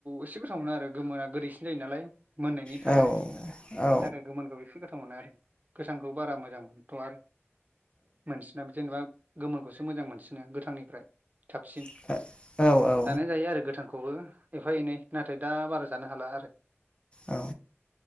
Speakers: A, on the right; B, on the left.
A: एसे गोथाव मोनो आरो गोमोना गोदैसिन जायो नालाय। मोननायनि थाखाय
B: औ
A: बेनि
B: औ
A: थाखाय गोमोनखौ एसे गोथाव गोथाव मोनो आरो गोथांखौ बारा मोजां मोनथ आरो मोनसिना जेनेबा गोमोनखौसो मोजां मोनसिनो गोथांनिफ्राय थाबसिन
B: औ औ औ
A: जानाया जायो आरो। गोथांखौबो एफा एनै नाथाय दा बारा जानो हाला आरो
B: औ